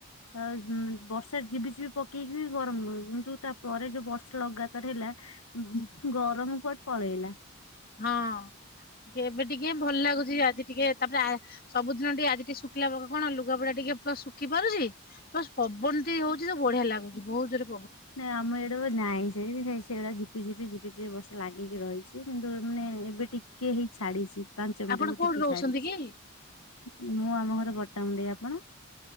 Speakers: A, on the left; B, on the left.
A: ଆ ବର୍ଷା ଯିିବିଝିିବି ପକେଇକି ବି ଗରମ ନୁହେଁ କିନ୍ତୁ ତାପରେ ଯୋଉ ବର୍ଷା ଲଗାତାର ହେଲା
B: ହୁଁ,
A: ଗରମ କୁଆଡ଼େ ପଳେଇଲା।
B: ହଁ ଏବେ ଟିକେ ଭଲ ଲାଗୁଛି ଆଜି ଟିକେ ତାପରେ ସବୁଦିନ ଟିକେ ଆଜି ଟିକେ ଶୁ ଖିଲା ପାଗ କଣ ଲୁଗାପଟା ଟିକେ ପ୍ଲସ ଶୁଖି ପାରୁଛି ପ୍ଲସ ପବନ ଟେ ହଉଛି ତ ବଢିଆ ଲାଗୁଛି ବହୁତ ଜୋର
A: ନାଇଁ ଆମ ଇଆଡ଼େ ତ ନାଇ। ସେଇ ସେ ସେଇ ଭଳିଆ ଝିପିଝିପି ଝିପିଝିପି ବର୍ଷା ଲାଗିକି ରହିଛି କିନ୍ତୁ ମାନେ ଏବେ ଟିକେ ହେଇ ଛାଡିଛି। ପାଞ୍ଚମିଟହବ
B: ଆପଣ କୋଉଠି
A: ଟିକେ
B: ରହୁଛନ୍ତି
A: ଛାଡିଛି
B: କି?
A: ମୁଁ ଆମ ଘରେ ବଟାମୁଣ୍ଡେଇ ଆପଣ?